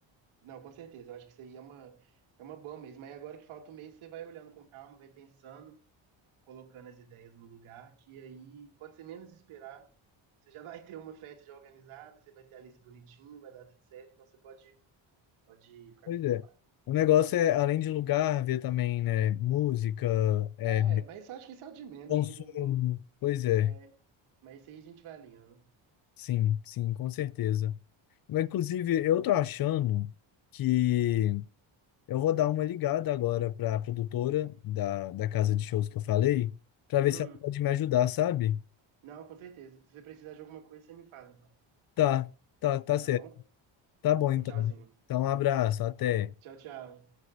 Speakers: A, on the right; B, on the left.
A: Não, com certeza. Eu acho que isso aí é uma, é uma boa mesmo. Aí agora que falta um mês, você vai olhando com calma, vai pensando. colocando as ideias no lugar, que aí, quando você menos esperar, você já vai ter uma festa já organizada, você vai ter a lista bonitinho, vai dar tudo certo, então você pode, pode ficar
B: Pois
A: despreocupado.
B: é. O negócio é, além de lugar, ver também, né? Música, é,
A: É, mas eu acho que isso é o de menos,
B: consumo.
A: o, o logo.
B: Pois é.
A: É, mas isso aí a gente vai alinhando.
B: Sim, sim, com certeza. Mas, inclusive, eu tô achando que eu vou dar uma ligada agora para a produtora da, da casa de shows que eu falei, para ver
A: Hum,
B: se ela pode me ajudar, sabe?
A: não, com certeza. Se você precisar de alguma coisa, você me fala então,
B: Tá, tá, tá certo.
A: tá bom?
B: Tá bom,
A: Então,
B: então.
A: tchauzinho.
B: Então, um abraço, até.
A: Tchau, tchau.